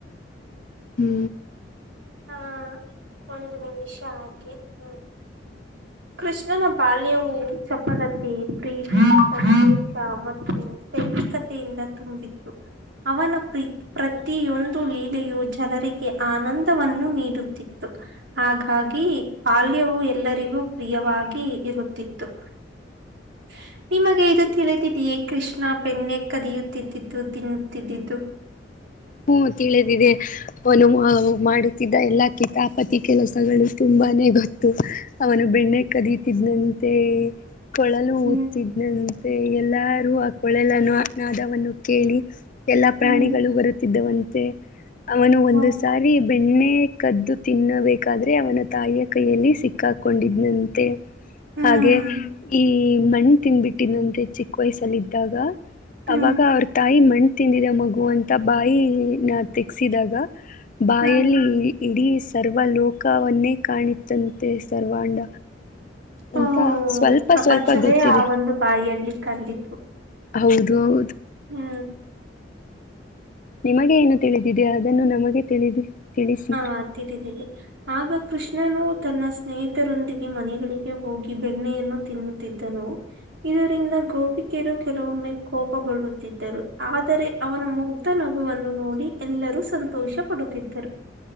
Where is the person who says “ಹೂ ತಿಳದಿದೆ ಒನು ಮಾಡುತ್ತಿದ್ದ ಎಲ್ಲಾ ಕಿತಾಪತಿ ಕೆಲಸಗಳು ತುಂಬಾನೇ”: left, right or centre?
Left